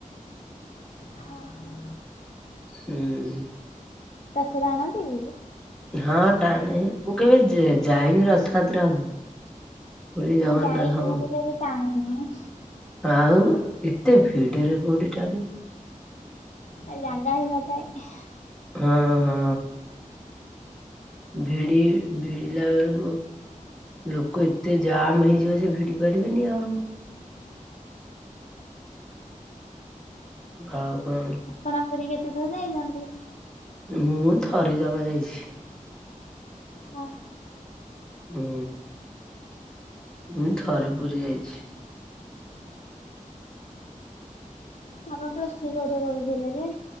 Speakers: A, on the left (about 55°); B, in the centre.
A: ହଁ ହଁ
B: ହୁଁ
A: ରଥ ଟାଣନ୍ତି ଇ?
B: ହଁ ଟାଣେ ମୁଁ କେବେ ଯେ ଯାଇନି ରଥଯାତ୍ରାକୁ। ପୁରୀ ଜଗନ୍ନାଥଙ୍କ
A: ମୁଁ ଯାଇଛି କିନ୍ତୁ କେବେ ଟାଣିନି।
B: ଆଉ ଏତେ ଭିଡରେ କୋଉଠି ଟାଣିବି।
A: ଏଇ ଜାଗା ହେଇ ନଥାଏ।
B: ହଁ ହଁ ଭିଡି ଭିଡିଲା ବେଳକୁ ଲୋକ ଏତେ ଜାମ୍ ହେଇଯିବ ଯେ ଭିଡି ପାରିବେନି ଆଉ। ଆଉ କଣ?
A: ଆପଣ ପୁରୀ କେତେ ଥର ଯାଇଛନ୍ତି?
B: ମୁଁ ଥରେ ଜମା ଯାଇଛି।
A: ହଁ
B: ହୁଁ ମୁଁ ଥରେ ପୁରୀ ଯାଇଛି।
A: ଆପଣ ପ୍ଲସ ଥ୍ରୀ କୋଉଠେ କରୁଥିଲେ ଯେ?